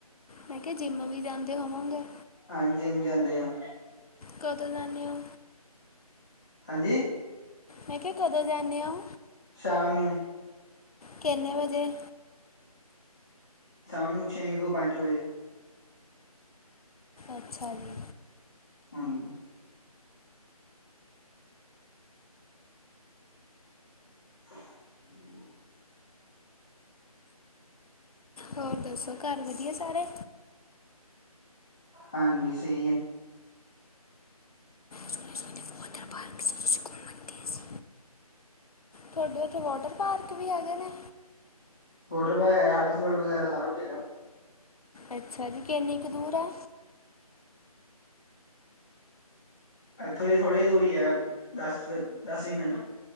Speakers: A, on the left; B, in the centre.
A: ਮੈਂ ਕਿਆ ਜਿੰਮ ਵੀ ਜਾਂਦੇ ਹੋਵੋਂਗੇ?
B: ਹਾਂਜੀ, ਜਿੰਮ ਜਾਂਦੇ ਆਂ।
A: ਕਦੋਂ ਜਾਂਣੇ ਓਂ?
B: ਹਾਂਜੀ?
A: ਮੈਂ ਕਿਆ ਕਦੋਂ ਜਾਂਣੇ ਓਂ?
B: ਸ਼ਾਮ ਨੂੰ।
A: ਕਿੰਨੇ ਵਜੇ?
B: ਸ਼ਾਮ ਨੂੰ ਛੇ ਕ ਪੰਜ ਵਜੇ।
A: ਅੱਛਾ ਜੀ।
B: ਹਾਂਜੀ। <inaudible>
A: ਹੋਰ ਦੱਸੋ ਘਰ ਵਧੀਆ ਸਾਰੇ।
B: ਹਾਂਜੀ ਸਈ ਐ।
A: ਸਨੀ ਸ ਦੇ ਵਾਦਰ ਪਾਰਕ ਸੀ ਉਸ ਸ਼ ਘੂਮਤ ਦੀ ਸੀ। ਤੁਹਾਡੇ ਉੱਥੇ ਵਾਟਰ ਪਾਰਕ ਵੀ ਹੈਗੇ ਨੇ?
B: ਵੋਟਰ ਪਾਰਗ ਹੈਗਾ, ਆੜੀਸ ਵਲਡ ਵਗੈਰਾ ਸਾਰਾ ਕੁਛ ਹੈਗਾ।
A: ਅੱਛਾ ਜੀ, ਕਿੰਨੀ ਕੁ ਦੂਰ ਆ?
B: ਇੱਥੋਂ ਥੋੜ੍ਹਾ ਦੂਰੀ ਐ ਦਸ, ਦਸ-ਵੀਅ ਮਿੰਟ।